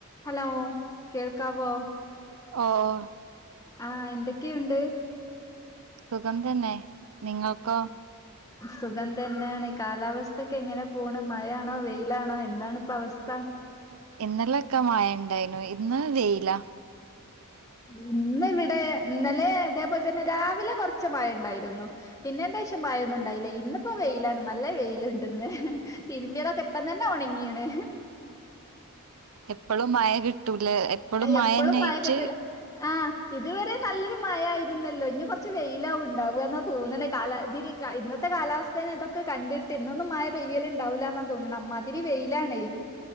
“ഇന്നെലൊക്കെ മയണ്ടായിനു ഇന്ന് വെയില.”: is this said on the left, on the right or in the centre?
Right